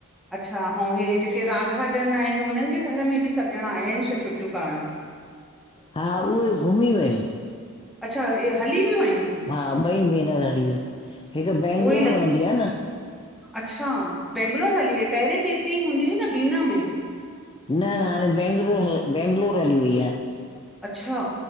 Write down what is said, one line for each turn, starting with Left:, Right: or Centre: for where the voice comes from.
Centre: अच्छा ऐं हे जेके राधा ॼणा आहिनि हुननि जे घर में बि सभु ॼणा आया आहिनि छ छुटियूं करणु
Left: हा उहे घुमी वियो।
Centre: अच्छा हे हली बि वियूं?
Left: हा ॿई भेनर हली वियूं हिकु
Centre: उहोई
Left: बैंगलोर
Centre: ल
Left: रहंदी आहे न
Centre: अच्छा बैंगलोर हली हुई पहिरें त हिते ई हूंदी हुई न बीना मे
Left: न हाणे बैंगलोर हल बैंगलोर हली वेई आहे।
Centre: अच्छा